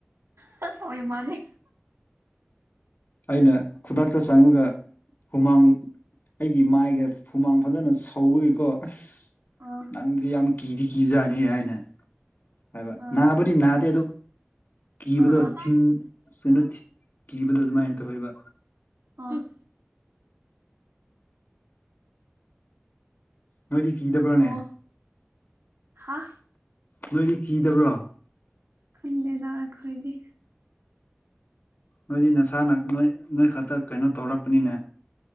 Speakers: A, on the right; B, on the left.
A: ꯍ ꯏꯃꯅꯤ
B: ꯑꯩꯅ ꯈꯨꯗꯥꯛꯇ ꯆꯪꯉꯒ ꯍꯨꯃꯥꯡ ꯑꯩꯒꯤ ꯃꯥꯏꯒ ꯍꯨꯃꯥꯡ ꯐꯖꯅ ꯁꯧꯕꯒꯤꯀꯣ ꯑꯁ
A: ꯑꯥ
B: ꯅꯪꯗꯤ ꯌꯥꯝ ꯀꯤꯗꯤ ꯀꯤꯖꯥꯅꯤ ꯍꯥꯏꯅ ꯍꯥꯏꯕ
A: ꯑꯥ
B: ꯅꯥꯕꯨꯗꯤ ꯅꯥꯗꯦ ꯑꯗꯨ ꯀꯤꯕꯗꯣ
A: ꯑꯥ ꯑꯥ
B: ꯊꯤꯟ ꯀꯩꯅꯣ ꯀꯤꯕꯗꯣ ꯑꯗꯨꯃꯥꯏꯅ ꯇꯧꯕ
A: ꯑ
B: ꯅꯣꯏꯗꯤ ꯀꯤꯗꯕ꯭ꯔꯣꯅꯦ
A: ꯑꯣ ꯍꯥ
B: ꯅꯣꯏꯗꯤ ꯀꯤꯗꯕ꯭ꯔꯣ
A: ꯈꯟꯗꯦꯗ ꯑꯩꯈꯣꯏꯗꯤ
B: ꯅꯣꯏꯗꯤ ꯅꯁꯥꯅ ꯅꯣꯏ ꯅꯣꯏ ꯈꯛꯇ ꯀꯩꯅꯣ ꯇꯧꯔꯛꯄꯅꯤꯅꯦ